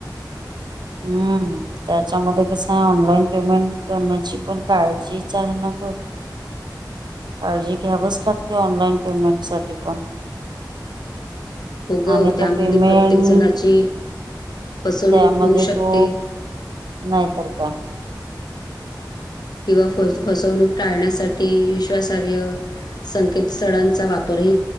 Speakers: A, on the right; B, on the left.
A: हम्म. त्याच्यामध्ये कसं आहे ऑनलाईन पेमेंट करण्याची पण काळजीच आहे न ग. काळजी घ्यावच लागते ऑनलाइन पेमेंट साठी पण
B: हो गं,
A: आणि
B: त्यामध्ये
A: तो पेमेंट
B: प्रत्येक जणाची फसवणूक
A: त्यामध्ये
B: होऊ शकते.
A: तो नाहीतर काय.
B: किंवा फ फसवणूक टाळण्यासाठी विश्वासार्ह संकेतस्थळांचा वापरही